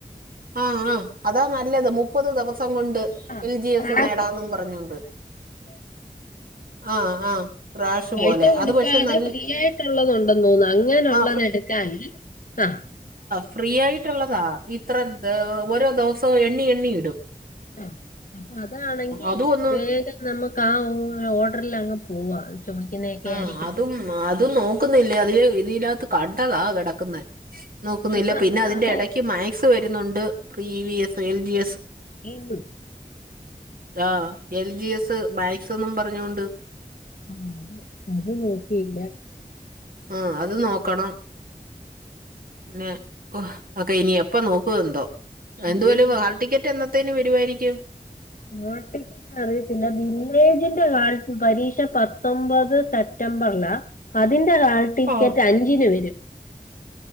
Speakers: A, on the right (about 65°); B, on the left (about 60°).
A: ആ ആ അതാ നല്ലത്, മുപ്പത് ദിവസം കൊണ്ട്
B: ആഹ്
A: എൽ ജി എസ്
B: ക്രാക്ക്,
A: നേടാന്നും പറഞ്ഞുകൊണ്ട് ആ ആ ക്രാഷ്
B: പൈസകൊടുക്കാതെ
A: പോലെ അത് പക്ഷെ നല്ല
B: ഫ്രീയായിട്ടുള്ളതൊണ്ട്ന്ന് തോന്നുന്നു അങ്ങെനുള്ളത്
A: ആ
B: എടുക്കാ ആ
A: ഫ്രീയായിട്ടുള്ളതാ ഇത്ര <unintelligible> ഓരോ ദിവസ്സോഎണ്ണിയെണ്ണിയിടും
B: ആ അപ്പൊ അതാണെങ്കി
A: അതും ഒന്ന്
B: വേഗം നമ്മക്കാ ഓർഡറലങ്ങ് പോവാ ചോദിക്കുന്നതൊക്കെ
A: ആ
B: ആയിരിക്കും
A: അതും അതും നോക്കുന്നില്ലേ അതില് ഇതില്ലാത്ത് കണ്ടതാ കിടക്കുന്നെ നോക്കുന്നില്ല
B: ഈ പറഞ്ഞ
A: പിന്നെ അതിന്റെ
B: പോലെ
A: ഇടയ്ക്ക് മാക്സ് വരുന്നുണ്ട് pre V S, L G S.
B: ഉം
A: ആ എൽ ജി എസ്, മാക്സ് എന്നും പറഞ്ഞുകൊണ്ട്
B: ആ അത് അത് നോക്കിയില്ല
A: ആ അത് നോക്കണം പിന്നെ ഒക്കെ ഇനി അപ്പൊ നോക്കുവന്തോ എന്തുവാല്ലോ
B: ഇനി
A: ഹാൾ ടിക്കറ്റ് എന്നത്തേന് വരുവായിരിക്കും
B: ഹാൾടിക്കറ്റ് അറിയത്തില്ല വില്ലേജിന്റെ കാലത്ത് പരീക്ഷ പത്തൊമ്പത് സപ്റ്റ ബർലാ അതിന്റെ ഹാൾടിക്കറ്റ്
A: ഓഹ്
B: അഞ്ചിന് വരും.